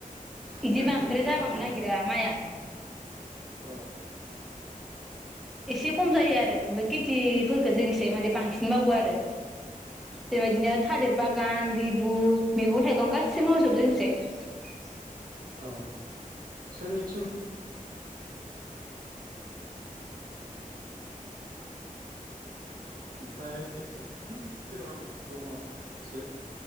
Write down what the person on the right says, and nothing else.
मोजां
जायो आबादा
माइ
अ
औ जोंनिथिं <unintelligible> ओमफ्राय बागान दङ आरो माखासे।